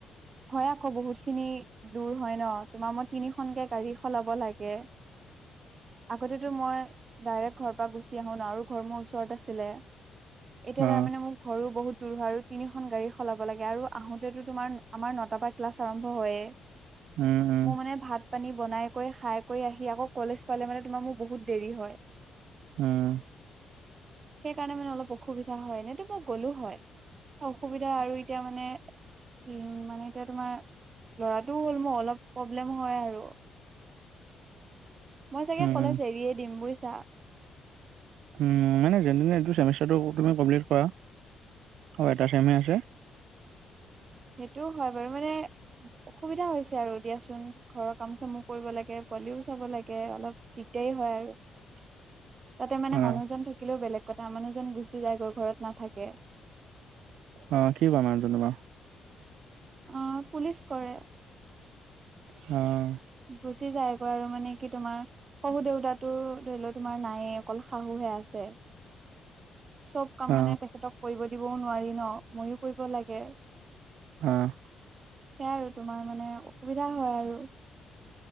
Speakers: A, on the right (about 40°); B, on the right (about 85°).
A: হয় আক বহুত খিনি দূৰ হয় ন, তোমাৰ মই তিনিখনকে গাড়ী সলাব লাগে। আগতেতো মই ডাইৰেক্ট ঘৰ পৰা গুচি আহো ন, আৰু ঘৰ মোৰ ওচৰত আছিলে। এতিয়া
B: অ
A: তাৰমানে মোক ঘৰো বহুত দূৰ হয়, আৰু তিনিখন গাড়ী সলাব লাগে আৰু আহোতেতো তোমাৰ আমাৰ নটা পৰা ক্লাছ আৰম্ভ হয়ে,
B: উম উম
A: মোৰ মানে ভাত পানী বনাই কৈ, খাই কৈ আহি আকৌ কলেজ পালে মানে তোমাৰ মোৰ বহুত দেৰি হয়।
B: উম।
A: সেইকাৰণে মানে অলপ অসুবিধা হয়, এনেইতো মই গ'লো হয়। অসুবিধা আৰু এতিয়া মানে উম, মানে এতিয়া তোমাৰ ল'ৰাটোও হ'ল মোৰ অলপ প্ৰব্লেম হয় আৰু। মই চাগে
B: উম
A: কলেজ এৰিয়ে দিম বুইছা।
B: উম, মানে যেনে তেনে এইটো চেমিষ্টাৰটো তুমি কমপ্লিট কৰা। আৰু এটা ছেম হে আছে।
A: সেইটোও হয় বাৰু মানে অসুবিধা হৈছে আৰু দিয়াচোন ঘৰৰ কাম চামু কৰিব লাগে পোৱালিও চাব লাগে, অলপ দিকদাৰি হয় আৰু।
B: <unintelligible>
A: তাতে মানে
B: অ
A: মানুহজন থাকিলেও বেলেগ কথা মানুহজন গুচি যায়গৈ ঘৰত নাথাকে।
B: অঁ, কি কৰে মানুহজন তোমাৰ?
A: অঁ, পুলিচ কৰে।
B: অঁ'
A: গুচি যায়গৈ আৰু মানে কি তোমাৰ- শহু দেউতাটো ধৰি লও তোমাৰ নায়ে, অকল শাহুহে আছে। চব কাম
B: অ
A: মানে তেখেতক কৰিব দিবও নোৱাৰি ন, ময়ো কৰিব লাগে।
B: অঁ'
A: সেয়া আৰু তোমাৰ মানে অসুবিধা হয় আৰু।